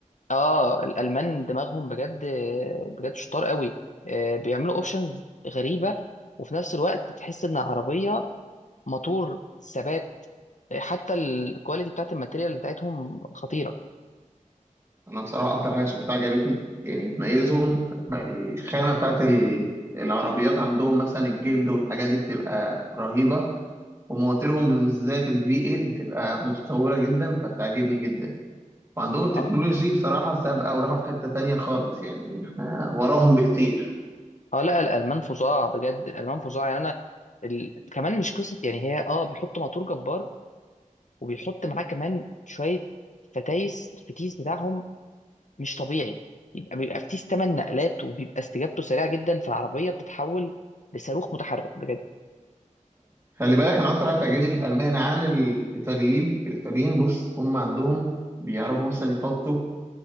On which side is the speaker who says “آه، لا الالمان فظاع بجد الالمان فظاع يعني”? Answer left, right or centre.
Left